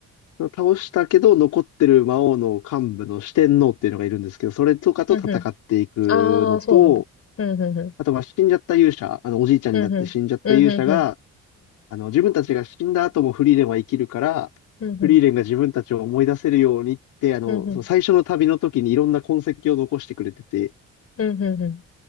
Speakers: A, on the left (about 90°); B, on the left (about 50°).
A: 倒したけど残ってる魔王の幹部の四天王っていうのがいるんですけど、それとかと戦っていくのと、
B: うん、うん。ああ、そうなんだ。うん、うん、うん。
A: あとは死んじゃった勇者、あのおじいちゃんになって死んじゃった勇者が、
B: うん、うん。うん、うん、うん。
A: あの自分たちが死んだ後もフリーレンは生きるから、
B: うん、うん。
A: フリーレンが自分たちを思い出せるようにって、あの、
B: うん、うん。
A: その最初の旅の時にいろんな痕跡を残してくれてて、
B: うん、うん。うん、うん。